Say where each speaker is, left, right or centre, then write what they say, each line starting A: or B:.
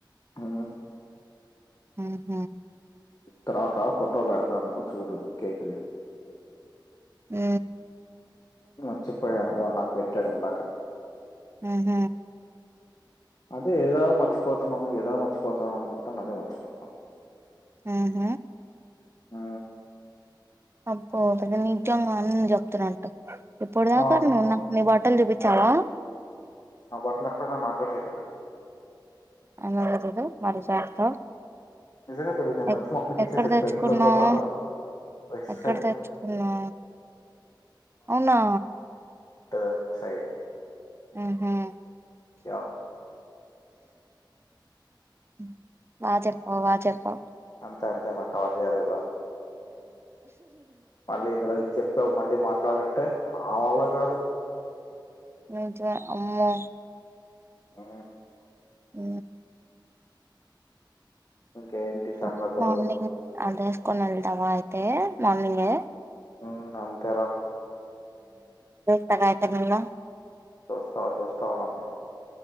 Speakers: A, on the left (about 45°); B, on the right (about 30°).
A: ఆ
B: ఆ హ
A: తర్వాత ఫోటో పెడతాను చూడు కేక్ది
B: ఆ
A: నచ్చిపోయాను వా నాకు పెట్ డక
B: ఆహ
A: అదే ఏదో మర్చిపోతున్నాను ఏదా మర్చిపోతానును అనుకుంటాను అదే మర్చిపోతున్నాను
B: ఆ హ
A: ఆ
B: అబ అది నిజంగా అని చెప్తున్నట్టు ఇప్పుడుదా
A: ఆ
B: కను నాకు న వా మొం ూపించావా
A: మా బట్లాక్ష నా మాకుదదు
B: అనగ తెదు మరి చేట్తో
A: నిజంగా తెలీదు నేను
B: ఎ
A: వచ్చి మమ్మీకి
B: ఎక్కడ
A: ఇచ్చేసా
B: తెచ్చుకున్నావు
A: ఇంట్లోకి కూడా రాలా వెస్ట్
B: ఎక్కడ
A: సైడ్
B: తెచ్చుకున్నా అవునా
A: ఇ సైడ్
B: ఆహా
A: యా
B: అ వాాజప్ప వాజపా
A: ంత మాకు కావర్ చేయాల కదా మళ్ళీ ఇందులో చెప్పావు మళ్ళీ వెళ్ళీ మాట్లాడంటే నా వల్ల కాదు
B: నజన్ అమ్మో
A: ఆ
B: అ
A: ఇంకేంటి
B: నెట్
A: సంగతులు
B: మార్నింగ్ అదేస్కనల్ దవా అయి తే మార్నింగ్ఏ
A: ఉ అంతేర
B: తకాయతే నిన్ను
A: చుస్తా చూస్తావ్ నన్ను